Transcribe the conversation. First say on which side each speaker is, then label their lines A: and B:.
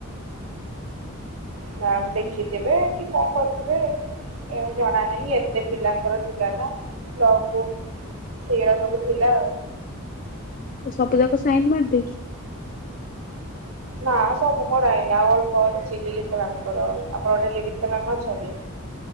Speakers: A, on the right (about 80°); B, on the left (about 40°).
A: ମ୍ୟାମ ଦେଖିଥିବେ କି କଣ କରୁଥିବେ ଏହା ଜଣା ନାହିଁ ଏତେ ପିଲାଙ୍କର ଥିଲା ନା ଲଗ ବୁକ୍ ସେଇଗଡା ସବୁ ଥିଲା ଆଉ
B: ତୁ ସବୁ ଯାକ ସାଇନ ମାରି ଦେଇଛୁ
A: ନା ସବୁ ମୋରଇନି ଆଉ ଅଳ୍ପ କରିଛି ଲି ଲିତ ରାଣୀଙ୍କର ଆପଣ ଗୋଟେ ଲିଳିତ ରାଣ ଅଛନ୍ତି